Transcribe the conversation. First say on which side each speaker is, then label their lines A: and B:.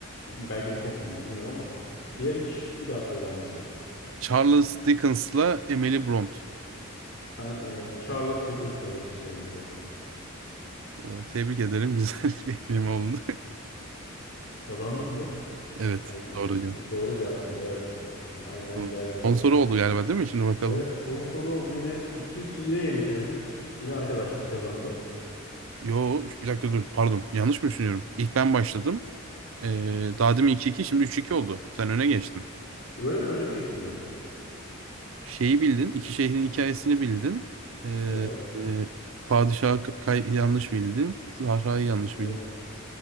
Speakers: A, on the left; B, on the right.
A: Belki de çok ünlüdür bilmiyorum ama. Diğer iki şıkkı bir daha söyler misin?
B: Charles Dickens'la Emily Bront.
A: Ben e, Charles Dickens demek istiyorum bu cevabı.
B: Aa, Tebrik ederim. <laughs> Güzel bir ekleme oldu. <laughs>
A: Kazandım mı?
B: Evet.
A: Ay,
B: Doğru cevap.
A: e, e, doğru cevap mıydı? Evet. E, harbiden
B: Bakalım.
A: güzelleme yapmışım.
B: Son soru oldu galiba değil mi? Şimdi bakalım.
A: Evet son soru oldu yine. iki iki yine yenişemedik. Yine arkadaşlık kazandı.
B: Yo, üç- bir dakika dur. Pardon. Yanlış mı düşünüyorum? İlk ben başladım. Ee, daha demin 2-2 şimdi üç iki oldu. Sen öne geçtin.
A: Öyle mi? Öyle mi geçtim ben?
B: Şeyi bildin. iki şehrin hikayesini bildin. Ee,
A: Evet.
B: e, padişahı k- kay- yanlış bildin. Zahra'yı yanlış
A: Aynen.
B: bildin.